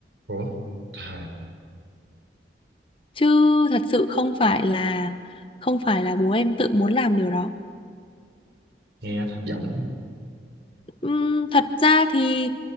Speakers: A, on the right (about 80°); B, on the left (about 30°).
A: ủa trời
B: chứ thật sự không phải là không phải là bố em tự muốn làm điều đó
A: nghe thất vọng ha
B: Ừm, thật ra thì